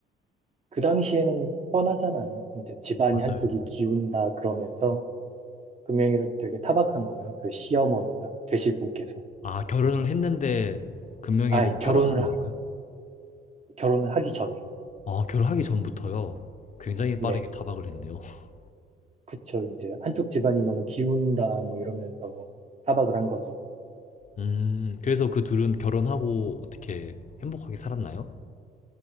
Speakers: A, on the right; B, on the left.
A: 그 당시에는 뻔하잖아요. 이제 집안이
B: 맞아요.
A: 한쪽이 기운다 그러면서 금명이를 되게 타박한 거예요. 그 시어머니가 되실 분께서.
B: 아, 결혼을 했는데 금명이를
A: 아, 결혼을,
B: 타박하는
A: 하-
B: 건가요?
A: 결혼을 하기 전에.
B: 아, 결혼하기 전부터요. 굉장히
A: 네.
B: 빠르게 타박을 했네요. <laughs>
A: 그쵸. 이제 한쪽 집안이 너무 기운다 뭐 이러면서 타박을 한 거죠.
B: 음, 그래서 그 둘은 결혼하고 어떻게 행복하게 살았나요?